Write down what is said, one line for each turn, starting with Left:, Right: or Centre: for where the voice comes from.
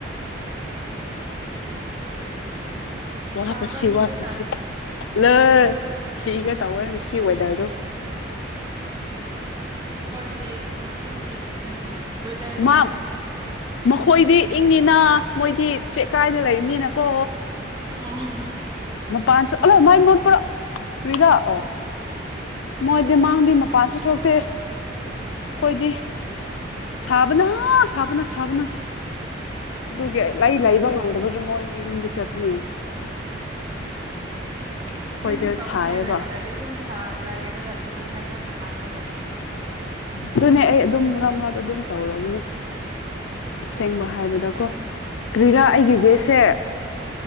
Left: ꯋꯥ
Right: ꯁꯥꯕ꯭ꯔꯅꯦ
Left: ꯐꯁꯤ ꯋꯥ
Right: ꯑꯗꯨꯗ
Left: ꯐꯁꯤ ꯂꯩꯣꯏ ꯁꯤꯒ ꯇꯧꯋꯣꯏ ꯉꯁꯤ ꯋꯦꯗꯔꯗꯣ
Right: ꯍꯣꯟꯗꯤ ꯁꯤꯗꯤ ꯎꯝ ꯋꯦꯗꯔ ꯅꯨꯡꯉꯥꯏ
Left: ꯃꯥ
Right: ꯍꯥꯏ
Left: ꯃꯈꯣꯏꯗꯤ ꯏꯪꯉꯤꯅ ꯃꯣꯏꯗꯤ ꯆꯦꯛ ꯀꯥꯏꯅ ꯂꯩꯕꯅꯤꯅꯀꯣ
Right: ꯑꯣ ꯍꯍ
Left: ꯃꯄꯥꯟ ꯁꯨ ꯑꯃꯨꯛ ꯃꯩ ꯃꯨꯠꯄ꯭ꯔꯣ ꯀ꯭ꯔꯤꯔꯥ ꯑꯣ ꯃꯣꯏꯗꯤ ꯃꯥꯥꯡꯕꯩ ꯃꯄꯤꯜꯁꯨ ꯊꯛꯇꯦ ꯇꯦ
Right: ꯑꯣ
Left: ꯈꯣꯏꯗꯤ ꯁꯥꯕꯅ ꯁꯥꯕꯅ ꯁꯥꯕꯅ ꯑꯗꯨꯒꯤ ꯂꯩ ꯂꯩꯕ ꯉꯝꯗꯕꯒꯤ ꯃꯣꯏ ꯃꯌꯨꯝꯗ ꯆꯠꯄꯅꯦ ꯑꯩꯈꯣꯏꯗ
Right: ꯀ꯭ꯔꯤꯁꯨ ꯇꯧꯅꯤꯡꯉꯥꯏ
Left: ꯁꯥꯏꯌꯦꯕ
Right: ꯂꯩꯇ꯭ꯔꯗꯤ ꯗꯨꯝ ꯂꯩꯔꯒ ꯇꯨꯝꯅꯤꯡꯉꯥꯏ ꯈ ꯂꯥꯛꯄ ꯌꯥꯏ
Left: ꯑꯗꯨꯅꯦ ꯑꯩ ꯑꯗꯨꯝ ꯃꯔꯛ ꯃꯔꯛꯇ ꯑꯗꯨꯝ ꯇꯧꯔꯝꯅꯦ ꯑꯁꯦꯡꯕ ꯍꯥꯏꯕꯗꯀꯣ ꯀ꯭ꯔꯤꯔꯥ ꯑꯩꯒꯤ ꯒꯦꯁꯁꯦ